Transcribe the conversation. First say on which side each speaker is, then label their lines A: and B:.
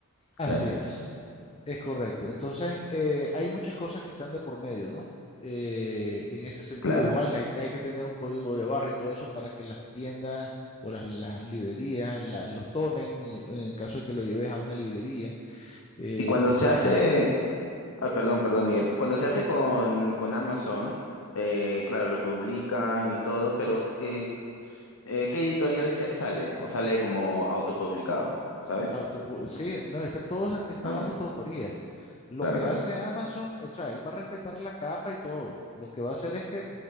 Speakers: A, on the left; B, on the left.
A: Así
B: Claro,
A: es, es correcto. Entonces, eh, hay muchas cosas que están de por medio, ¿no? Eh, en ese sentido,
B: claro.
A: igual hay, que hay que tener un código de barra y todo eso para que las tiendas o las, las librerías la- los tomen, y- en el caso de que lo lleves a una librería eh,
B: Y cuando
A: y que
B: se
A: pueda
B: hace,
A: ser
B: ah, perdón, perdón, Miguel, cuando se hace con, con Amazon, eh, claro, lo publican y todo, pero eh, Eh, ¿qué editorial se- sale? ¿O sale como autopublicado? ¿Sabes?
A: Autopu- sí, no, es que todo está
B: Ah,
A: bajo
B: ya.
A: tu autoría. Lo
B: Claro,
A: que
B: claro.
A: hace Amazon, o sea, él va a respetar la capa y todo. Lo que va a hacer es que